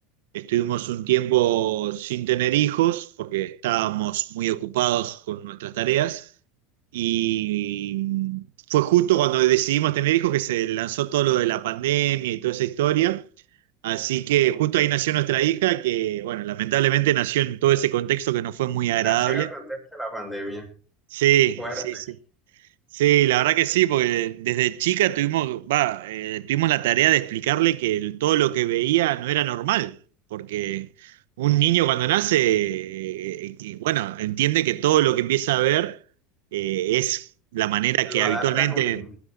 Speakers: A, on the right; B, in the centre.
A: Estuvimos un tiempo sin tener hijos porque estábamos muy ocupados con nuestras tareas y fue justo cuando decidimos tener hijos que se lanzó todo lo de la pandemia y toda esa historia. Así que justo ahí nació nuestra hija que, bueno, lamentablemente nació en todo ese contexto que no fue muy agradable.
B: Nació en el contexto de la pandemia,
A: Sí,
B: fuerte.
A: sí, sí. Sí, la verdad que sí, porque desde chica tuvimos, va, eh, tuvimos la tarea de explicarle que el- todo lo que veía no era normal, porque un niño cuando nace, eh, eh, que, bueno, entiende que todo lo que empieza a ver eh, es la manera
B: Lo
A: que
B: adapta
A: habitualmente,
B: con